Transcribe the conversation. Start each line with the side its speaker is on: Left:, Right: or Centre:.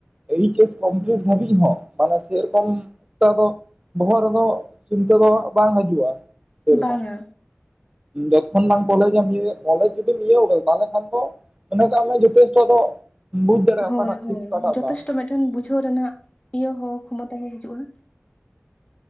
Right: ᱮᱭᱤᱪ ᱮᱥ ᱠᱚᱢᱯᱤᱞᱤᱴ ᱫᱷᱟᱹᱵᱤᱡ ᱦᱚᱸ ᱢᱟᱱᱮ ᱥᱮᱨᱚᱠᱚᱢ ᱚᱛ ᱫᱚ᱾ ᱵᱚᱦᱚᱜ ᱨᱮᱫᱚ ᱪᱤᱱᱛᱟᱹ ᱫᱚ ᱵᱟᱝ ᱦᱤᱡᱩᱜᱼᱟ᱾ ᱥᱮᱨᱚᱠᱚᱢ
Left: ᱵᱟᱝᱟ
Right: ᱡᱚᱛᱠᱷᱚᱱ ᱵᱟᱝ ᱠᱚᱞᱮᱢᱮᱢ ᱤᱭᱟᱹᱜᱮᱜ ᱠᱚᱞᱮᱡᱽ ᱡᱩᱫᱤᱢ ᱤᱭᱟᱹ <unintelligible> ᱛᱟᱦᱚᱞᱮ ᱠᱷᱟᱱ ᱫᱚ᱾ ᱚᱱᱟᱜ ᱫᱟᱢ ᱨᱮᱱᱟᱜ ᱡᱩᱛᱮᱥᱴᱚ ᱫᱚ᱾ ᱵᱩᱡᱽ ᱫᱟᱲᱮᱭᱟᱜᱼᱟ
Left: ᱦᱳᱭ
Right: ᱚᱠᱟᱴᱟᱜ
Left: ᱦᱳᱭ
Right: ᱴᱷᱤᱠ ᱚᱠᱟᱴᱟᱜ
Left: ᱡᱚᱛᱷᱮᱥᱴᱚ
Right: ᱵᱟᱝ
Left: ᱢᱤᱫᱴᱮᱱ ᱵᱩᱡᱷᱟᱹᱣ ᱨᱮᱱᱟᱜ ᱤᱭᱟᱹ ᱦᱚᱸ ᱠᱷᱚᱢᱚᱛ ᱦᱤᱡᱩᱜᱼᱟ।